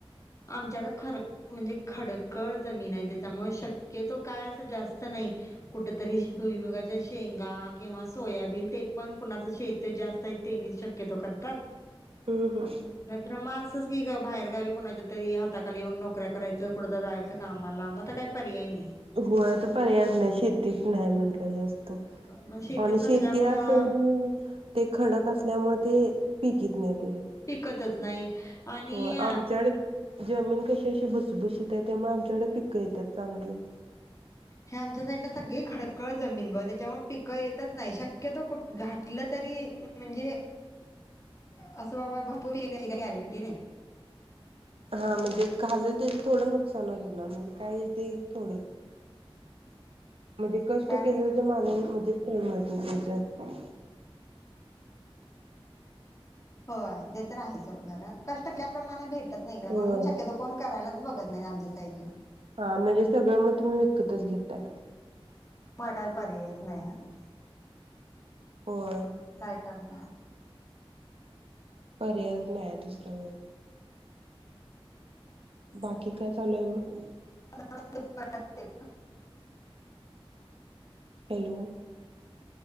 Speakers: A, on the left; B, on the right.
A: आमच्याकड खर म्हणजे खडकळ जमीन हाय त्याच्यामुळ शक क्यतो काय असं जास्त नाही. कुठतरी
B: हम्म
A: श भुईमुगा -- च्या शेंगा किंवा सोयाबीन ते पण कुणाच शेत जास्त आहे तेनी शक्यतो करतात.
B: हम्म.
A: नंतर म असंच की गप -- बाहेर गावी -- कुणाच्या तरी हाताखाली येऊन नोकऱ्या करायचं. कुठंतर जायाचं. कामाला म अता काय पर्याय नई.
B: होय आता पर्यायज नाही. शेतीचं नाही म्हणट -- ल्यास. त
A: मग शेतीच
B: आणि
A: नसल्यामुळं
B: शेती असून ते खडक असल्यामुळ ते -- पीक ईत नाईत.
A: पिकतच नाही. आणि
B: होय. आमच्या कडे -- जमीन कशी अशी भुसभुशीत हाय त्यामुळे आमच्याकडे पिक येत्यात चांगली.
A: हे आमच्या साईडला सगळी खडकळ जमीन ब त्याच्यामुळे पिकं येतच नाही शक्यतो कुठ घातलं तरी म म्हणजे -- असं बाबा भरपूर <unintelligible> येईल याची काय गॅरंटी नाही.
B: हा म्हणजे घालेल ते थोडं नुकसान होणार म्हणजे काय येईल ते थोडं- - म्हणजे कष्ट
A: कारण
B: केले जो माणू म्ह -- कोम येतील त्याच्यात.
A: होय ते तर आहे सोड खर कष्ट केल्याप्रमाणे भेटत नाही म्हणून
B: होय
A: शक्यतो कोण करायलाच बघत नाही. नाही आमच्या साईडला.
B: हां म्हणजे सगळं म् तुम्ही विकतच घेताय.
A: म् काय पर्यायच नाही आता.
B: होय
A: काय करणार.
B: पर्यायच नाही दुसरा बाकी काय चालू आहे मग?
A: <inaudible>
B: हॅलो